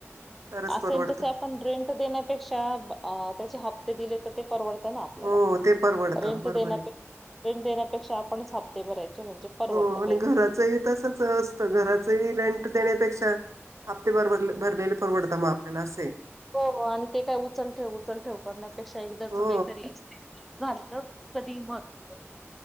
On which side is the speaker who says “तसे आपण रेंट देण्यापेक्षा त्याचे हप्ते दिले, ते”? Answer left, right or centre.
Centre